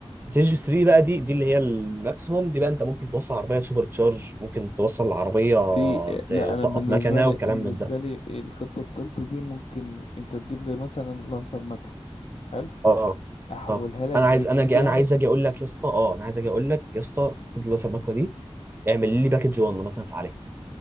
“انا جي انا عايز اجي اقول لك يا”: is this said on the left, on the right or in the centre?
Right